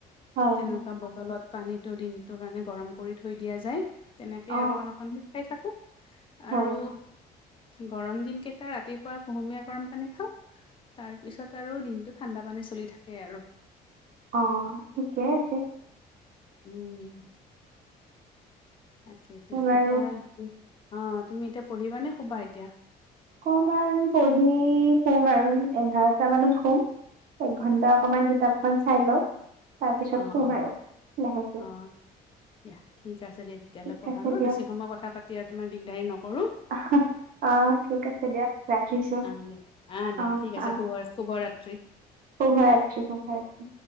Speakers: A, on the right (about 55°); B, on the left (about 30°).
A: হয়
B: তেনেকুৱা
A: হয়
B: বটলত পানীটো দিনটোৰ কাৰণে গৰম কৰি থৈ দিয়া যায়। তেনেকে
A: অ
B: অকন অকনকে খাই থাকো
A: হয়
B: আৰু
A: হয়
B: গৰম দিন কেইটা ৰাতি পুৱাই কুহুমীয়া গৰম পানী খাওঁ, তাৰ পিছত আৰু দিনটো ঠাণ্ডা পানী চলি থাকে আৰু।
A: অহ, ঠিকে আছে।
B: উম। তাকেইতো,
A: বাৰু
B: এতিয়া অহ, তুমি এতিয়া পঢ়িবা নে শুবা এতিয়া?
A: অকমান পঢ়ি শুম আৰু এঘাৰটা মানত সোম। এক ঘণ্টা অকমান কিতাপখন চাই লও। ছত
B: অ'
A: সোম
B: অ'
A: আৰু। লাহেকে
B: অ', দিয়া ঠিক আছে দে তেতিয়াহ'লে
A: ঠিক
B: পঢ়া
A: আছে
B: ন,
A: দিয়ক
B: বেছি সময় কথা পাত তেতিয়া তোমাৰ দিগদাৰী নকৰোঁ।
A: আহ। অহ ঠিক আছে দিয়ক ৰাখিছো।
B: আহ দিয়া আহ দিয়া
A: অহ
B: ঠিক আছে
A: অ
B: শুভ শুভৰাত্ৰি।
A: শুভৰাত্ৰি শুভৰাত্ৰি।